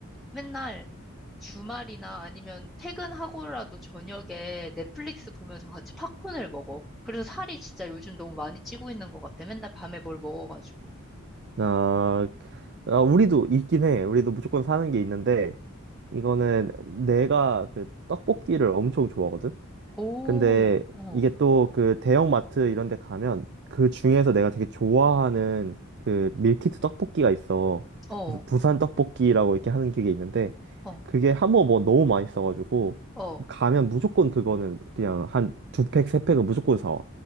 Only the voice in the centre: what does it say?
맨날 주말이나 아니면 퇴근하고라도 저녁에 넷플릭스 보면서 같이 팝콘을 먹어. 그래서 살이 진짜 요즘 너무 많이 찌고 있는 것 같아. 맨날 밤에 뭘 먹어가지고.
오,
어,
어,
어,
어.